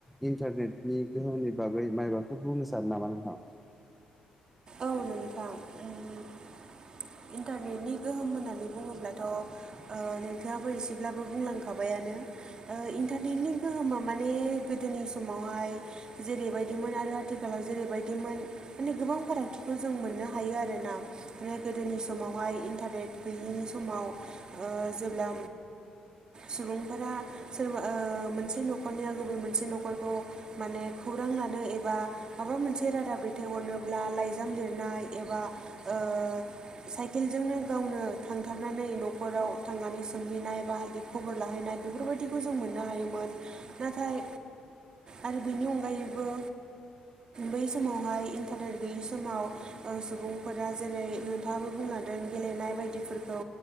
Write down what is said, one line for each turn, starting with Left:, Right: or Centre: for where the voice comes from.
Centre: इन्टारनेटनि गोहोमनि बागै माइबाफोर बुंनो सानो नामा नोंथां?
Right: औ नोंथां उम इन्टारनेटनि गोहोम होननानै बुङोब्ला
Centre: <inaudible>
Right: ओ नोंथाङाबो एसेब्लाबो बुंलांखाबायानो ओ इन्टारनेटनि गोहोमा माने गोदोनि समावहाय जेरैबायदिमोन आरो आथिखालाव जेरैबायदिमोन माने गोबां फाराग खौ जों मोननो हायो आरो ना माने गोदोनि समावहाय इन्टारनेट गैयिनि समाव ओ जेब्ला सुबुंफोरा सोरबा ओ मोनसे न'खरनिया गुबुन मोनसे न'खरखौ माने खौरां लानो एबा माबा मोनसे रादाब दैथाय हरनोब्ला लाइजाम लिरनाय एबा
Centre: <inaudible>
Right: ओ साइकेलजोंनो गावनो थांथारनानै न'खराव थांनानै सोंहैनाय बाइदि खबर लाहैनाय। बेफोरबायदिखौ जों मोननो हायोमोन नाथाय। आरो बेनि अनगायैबो बै समावहाय इन्टारनेट गैयि। समाव सुबुंफोरा जेरै नोंथाङाबो बुंलांदों गेलेनाय बायदिफोरखौ